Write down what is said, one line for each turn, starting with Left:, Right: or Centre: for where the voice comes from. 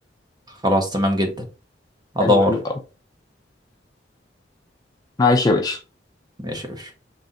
Right: خلاص تمام جدا ادور
Left: حلو حلو قوي ماشي يا باشا
Right: ماشي يا باشا